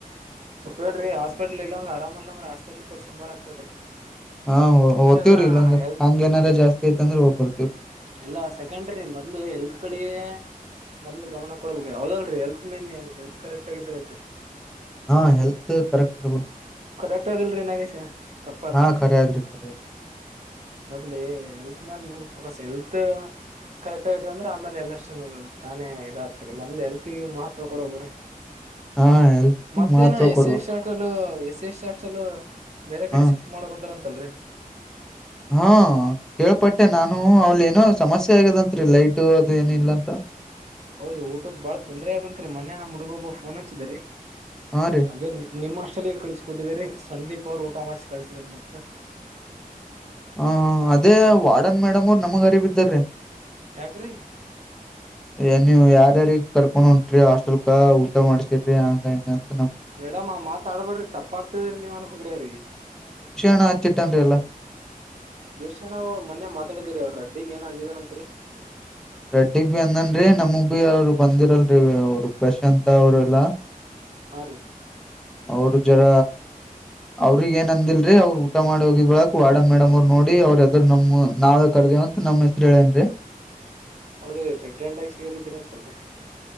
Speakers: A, on the right; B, in the centre.
A: ಸ್ವಲ್ ಹೇಳ್ರಿ ಆಸ್ ಹಸ್ಪೆಟ್ಲ್ ಇಲ್ಲಂದ್ರ ಆರಾಮ ಅಂದ್ರ ಹಸ್ಪಟ್ಲ್ ತರ್ರಿಸಕಂಬಾರ ಅಂತ ಹೇಳ್ರಿ
B: ಹಾಓದ್ತಿವ್ರರಿ
A: ಮನ್ಷ್ಯಾಗ
B: ಇಲ್ಲಾಂದ್ರ
A: ಎಲ್
B: ಹಂಗ ಏನಾರ ಜಾಸ್ತಿ ಐತ್ ಅಂದ್ರೆ ಹೋಗ್ಬರ್ತತಿವ್ರಿ
A: ಎಲ್ಲಾ ಸೆಕೆಂಡ್ರಿ ಮೊದ್ಲು ಎಲ್ತ್ ಕಡೆ ಮೊದ್ಲು ಗಮನ ಕೊಡ್ಬೇಕಕ್ ಯಾವದಲ್ರರಿ ಹೆಲ್ತ್ ಮೇನ್ ಹೆಲ್ತ್ ಕರೆಕ್ಟ್ ಆಗಿದ್ರ ಐತ್ರಿ
B: ಹಾ ಹೆಲ್ತ್ ಕರೆಕ್ಟ್ಬ
A: ಕರೆಕ್ಟರ್ ಇಲ್ರಿ ನಾಗೇಶ ತಪ್ಪದ
B: ಹಾ ಖರೆ ಅದ್ರಿ ಖರೆ ಅದ್ರಿ.
A: ಮದಲ ಎಲ್ತ್ ಮೇಾಲನ್ ಫೋಕಸ್ ಎಲ್ತ್ ಕರೆಕ್ಟ್ ಆಗಟ್ ಅಂದ್ರೆ ಆಮೇಲೆ ಎಲ್ಲಷ್ಟು ತಾನೇ ಇದ ಆತಿರಿ ಮೊದ್ ಎಲ್ತ್ಗ ಮಹತ್ವ ಕೊಡ ಹೋಗ್ರಿ
B: ಹಾ ಹೆಲ್ತ್
A: ಮತ್ತೇನ
B: ಮಹತ್ವ
A: ಎಸ್
B: ಕೊಡ್ಬೇಕ್
A: ಎ ಶಾಟ್ಲ್ ಎಸ್ ಸಿ ಎಸ್ ಅಸ್ಟಲ್ಲ ಬೇರೆ ಕಡೆ
B: ಹಾ
A: ಶಿಫ್ಟ್ ಮಾಡಕ್ತಾರಂತಲ್ರರಿ
B: ಹಾ ಕೇಳ್ಪಟ್ಟೆ ನಾನು ಅವಲ್ ಏನೋ ಸಮಸ್ಯೆ ಆಗ್ಯದಂರಿ ಲೈಟ ಅದೇಏನ ಇಲ್ಲ ಅಂತ <inaudible>
A: ಹೌದು ಊಟದ್ ಬಾಳ ತೊಂದರೆ ಅದಂತ್ರಿ ಮೊೆ ನ ಹುಗೊಬ್ಬ ಫೋನ್ ಹಚ್ಚಿದರಿ
B: ಹಾ ರೀ
A: ಅದೇ ನಿಮ್ಮಷ್ಟ ಚಲ ಕಳಿಸಿಕೊಟ್ಟಿದ್ರರಿ ಸಂದೀಪ್ ಅವರು ಊಟ ಮಾಡಿಸಿಿ ಕಳಸಿದರು ಮತ್ತ
B: ಹ ಅದೇ ವಾಡನ್ ಮೇಡಮ್ ಅವರು ನಮ್ಗ ಗರಿಬಿದ್ದಾರ್ರೀ
A: ಯಾಕ್ರಿ
B: ಎನ ಯಾರ ಅ ಕರ್ಕೊಂಡ್ ಹೊಂಟ್ರಿ ಹಾಸ್ಟೆಲ್ಕ ಊಟ ಮಾಡಸಿರ್ರಿ ಹಂಗ ಹಂಗ
A: ಮೇಡಮ್ ಆ ಮಾತಾಡ್ಬೇಡ್ರಿ ತಪ್ಪಾಗಗ್ತದ್ರಿ ನೀವ್ ಅನ್ಬಗ್ರರಿ
B: ಣ ಆ ಚಿಟ್ಟನ್ ಎಲ್ಲ
A: ದೋಶ್ಯಣ್ಣ ಅವರು ಮನೆ ಮಾತಾಡಿದೀರಿ ಅವರು ರಡ್ಡಿಗೆ ಏನ ಅಂದಿದಾನ ಅಂತರಿ
B: ರೆಡ್ಡಿಗ್ ಬಿ ಅಂದನ್ರೀ ನಮಗ್ ಭ ಅವ್ರು ಬಂದಿರಲ್ರಿ ಅವರು ಪ್ರಶಾತ್ ಅವರು ಎಲ್ಲಾ
A: ಹಾ ರೀ
B: ಅವರು ಜರ ಅವ್ರಗ್ ಏನ್ ಅಂದಿಲ್ರಿ ಅವ್ರುಊಟ ಮಾಡಿ ಹೋಗಿದ ಬಳಕ್ ವಾರ್ಡನ್ ಮೇಡಮ್ ಅವ್ ನೋಡಿ ಅವ್ರರುದ್ ನಮ್ಮ್ ನಾವವು ಕರ್ದೇವಂತ ನಮ್ಮ್ ಹೆಸರು ಹೇಳೇನ್ರಿ
A: ಹೌದ್ರಿ ರೆಡ್ಡಗ ಸಿಗ ಬಿದ್ದಿರ ಅಂತಲ್ರರಿ